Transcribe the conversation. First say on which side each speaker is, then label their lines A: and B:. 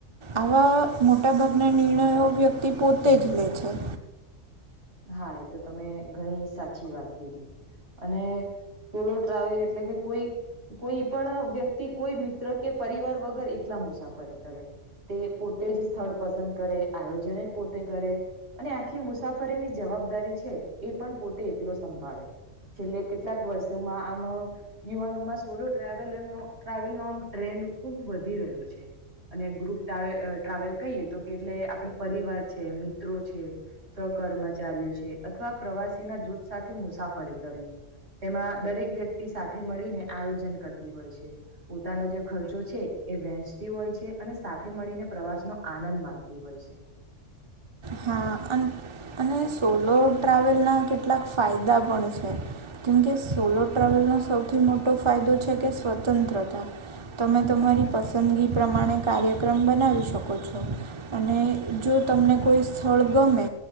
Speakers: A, on the right; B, on the right.
A: આવા મોટા ભાગના નિર્ણયો વ્યક્તિ પોતે જ લે છે.
B: હા, એ તમે ઘણી સાચી વાત કીધી અને સોલો ટ્રાવેલ એટલે કે કોઈ કોઈ પણ વ્યક્તિ કોઈ મિત્ર કે પરિવાર વગર એકલા મુસાફરી કરે. તે પોતે જ સ્થળ પસંદ કરે આયોજને પોતે કરે અને આખી મુસા ફરીની જવાબદારી છે એ પણ પોતે એકલો સંભાળે. છેલ્લે કેટલાક વર્ષોમાં આમ યુવાનોમાં સોલો ટ્રાવેલર નો ટ્રાવેલ ન આમ ટ્રેન્ડ ખુબ વધી રહ્યો છે. અને ગ્રુપ ટ્રાવેલ અ ટ્રાવેલ કહીએ તો કે એટલે આપડ પરિવાર છે, મિત્રો છે સહ ક્મચારીઓ છે અથવા પ્રવાસીના જૂથ સાથે મુસાફરી કરવી. તેમાં દરેક વ્યક્તિ સાથે મળીને આયોજન કરતી હોય છે. પોતાનો જે ખર્ચો છે એ વહેંચતી હોય છે અને સાથે મળીને પ્રવાસનો આનંદ માણતી હોય છે. <inaudible>
A: હા અને સોલો ટ્રાવેલના કેટલાક ફાયદા પણ છે. કેમ કે સોલો ટ્રાવેલનો સૌથી મોટો ફાયદો છે કે સ્વતંત્રતા તમે તમારી પસંદગી પ્રમાણે કાર્યક્રમ બનાવી શકો છો. અને જો તમને કોઈ સ્થળ ગમે